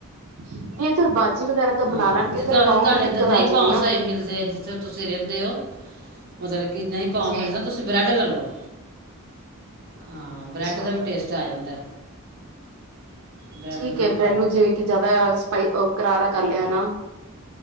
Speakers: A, on the right (about 85°); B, on the right (about 45°).
A: ਨਹੀਂ ਇੱਧਰ ਬਾਜੀ ਵਗੈਰਾ ਤਾਂ ਬਣਾ
B: ਹਾਂ
A: ਲੈਣਗੇ
B: ਜਿੱਦਾਂ
A: ਫੇਰ ਪਾਉਣ
B: ਅਸੀਂ ਤੁਹਾਡੇ
A: ਦੀ
B: ਅੰਦਰ
A: ਦਿੱਕਤ
B: ਨਹੀਂ
A: ਆ ਜਾਏਗੀ
B: ਪਾਸ
A: ਨਾ
B: ਹੋਏ ਮਿਲਦੇ ਇਧਰ ਫਿਰ ਤੁਸੀਂ ਰਹਿੰਦੇ ਹੋ ਮਤਲਬ ਕਿ ਨਹੀਂ ਭਾਅ
A: ਜੀ
B: ਮਿਲਦਾ ਤੁਸੀਂ ਬਰੈੱਡ ਲੈ ਲਉ। ਹਾਂ,
A: ਅੱਛਾ
B: ਬ੍ਰੈੱਡ ਦਾ ਵੀ ਟੇਸਟ ਆ ਜਾਂਦਾ। ਬ੍ਰੈਡ
A: ਠੀਕ
B: ਨਾਲ
A: ਹੈ ਬ੍ਰੈਡ
B: ਖਾ ਲਓ
A: ਨੂੰ ਵੇਖ ਕੇ ਜ਼ਿਆਦਾ ਸਪਾਈ, ਕਰਾਰਾ ਕਰ ਲਿਆ ਨਾ।